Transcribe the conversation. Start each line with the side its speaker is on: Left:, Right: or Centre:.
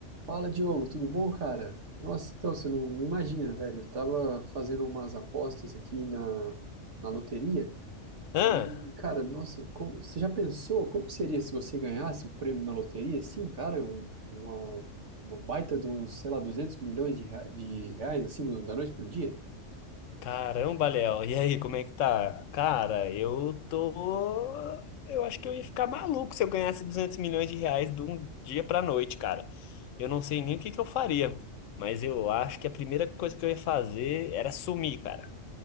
Right: Fala, Diogo, tudo bom, cara? Nossa, então você não, não imagina, velho. Eu tava fazendo umas apostas aqui na, na loteria
Left: Ah,
Right: e, cara, nossa, como- você já pensou como seria se você ganhasse um prêmio na loteria? Assim, cara, um- uma, uma baita de uns, sei lá, 200 milhões de, rea- de reais, assim, do- da noite pro dia?
Left: caramba, Léo. E aí, como é que tá? Cara, eu tô. Eu acho que eu ia ficar maluco se eu ganhasse 200 milhões de reais de um dia pra noite, cara. Eu não sei nem o que que eu faria, mas eu acho que a primeira coisa que eu ia fazer era sumir, cara.